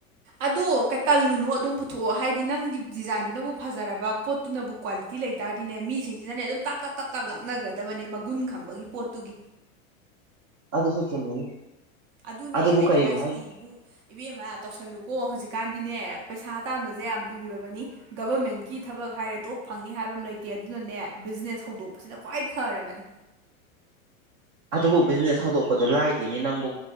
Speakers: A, on the right; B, on the right.
A: ꯑꯗꯣ ꯇꯜꯂꯨꯅꯨ ꯑꯗꯨꯝ ꯄꯨꯊꯣꯛꯑꯣ ꯍꯥꯏꯗꯤ ꯅꯪꯒꯤ ꯗꯤꯖꯥꯏꯟꯗꯨꯅꯕꯨ ꯐꯖꯔꯕ ꯄꯣꯠꯇꯨꯅꯕꯨ ꯀ꯭ꯋꯥꯂꯤꯇꯤ ꯂꯩꯇꯥꯥꯔꯗꯤꯅꯦ ꯃꯤꯁꯤꯡꯁꯤꯅꯅꯦ ꯑꯗꯨꯝ ꯇꯞ ꯇꯞ ꯇꯞ ꯇꯥꯞ ꯂꯥꯛꯅꯈ꯭ꯔꯗꯕꯅꯦ ꯃꯒꯨꯟ ꯈꯪꯕꯒꯤ ꯄꯣꯠꯇꯨꯒꯤ
B: ꯑꯗꯨꯁꯨ ꯆꯨꯝꯃꯤꯅꯤ
A: ꯑꯗꯨꯅꯦ
B: ꯑꯗꯨꯕꯨ
A: ꯑꯩꯅ
B: ꯀꯔꯤꯕꯨ
A: ꯍꯥꯏꯁꯤꯅꯤ
B: ꯍꯥꯏꯅꯤ
A: ꯏꯕꯨꯡ ꯏꯕꯦꯝꯃ ꯇꯧꯁꯜꯂꯨꯀꯣ ꯍꯧꯖꯤꯛꯀꯥꯟꯗꯤꯅꯦ ꯄꯩꯁꯥ ꯇꯥꯟꯕꯁꯦ ꯌꯥꯝ ꯂꯨꯔꯕꯅꯤ ꯒꯕꯔꯃꯦꯟꯀꯤ ꯊꯕꯛ ꯍꯥꯏꯔꯦ ꯇꯣꯛ ꯐꯪꯅꯤ ꯍꯥꯏꯕ ꯑꯃ ꯂꯩꯇꯦ ꯑꯗꯨꯅꯅꯦ ꯕꯤꯖꯤꯅꯦꯁ ꯍꯧꯗꯣꯛꯄꯁꯤꯅ ꯈ꯭ꯋꯥꯏ ꯐꯔꯕꯅꯤ
B: ꯑꯗꯨꯕꯨ ꯕꯤꯖꯤꯅꯦꯁ ꯍꯧꯗꯣꯛꯄꯗꯨ ꯂꯥꯏꯗꯤꯦꯅꯦ ꯅꯪꯕꯨ